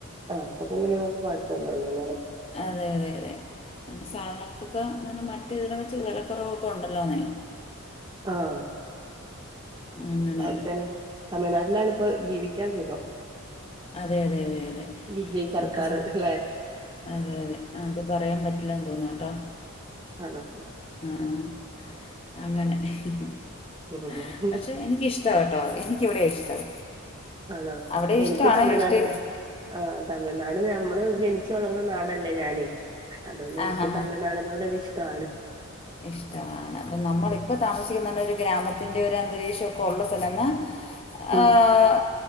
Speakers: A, on the right; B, on the left.
A: ആഹ്, അപ്പൊ പിന്നെനിങ്ങൾക്ക് കൊഴപ്പ ഇല്ലാല്ലലെ.
B: അതെ, അതെ, അതെ പിന്നെ സാധനങ്ങക്ക് ഇപ്പൊ ഇന്ന്ർഞ്ഞ മറ്റ് ഇതിനെ വെച്ച് വെല കൊറവൊക്കെ ഉണ്ടല്ലോന്നേ.
A: ആഹ്
B: അങ്ങനെ
A: അവ്ടെ തന്നെ തമിഴ്നാട്ടിലാണിപ്പോ ജീവിക്കാൻ സുഖം.
B: അതെ, അതെ, അതെ, അതെ.
A: വിജയ് സർക്കാർ
B: <unintelligible>
A: അല്ലെ
B: അതെ, അതെ, അത് പറയാൻ പറ്റില്ലാന്ന് തോന്നൂട്ടോ.
A: ആണോ
B: ആഹ്, ആഹ് അങ്ങനെ ഹ്, ഹ്,
A: ആഹ്
B: ഹെ പക്ഷെ എനിക്കിഷ്ട കേട്ടോ എനിക്കിവിടെയാ ഇഷ്ടം.
A: ആണോ?
B: അവിടെ
A: എനിക്ക്
B: ഇഷ്ടമാണ്
A: തമിഴ്നാട്‌
B: ഇഷ്ടം
A: ലൗലി. ആഹ്, തമിഴ്നാട് നമ്മള് ജനിച്ചു വളർന്ന നാടല്ലേ ഞാന്. അതോണ്ട് എനിക്കും
B: ആ ഹാ
A: തമിഴ്നാട്നോട്‌ ഒര് ഇഷ്ടാണ്.
B: ഇഷ്ടാണ്. അപ്പ നമ്മള് ഇപ്പ താമസിക്കുന്ന പറഞ്ഞ ഒരു ഗ്രാമ ത്തിൻ്റെ ഒരു അന്തരീക്ഷമൊക്കെ ഉള്ള സ്ഥലെന്ന
A: ഉം
B: ആഹ്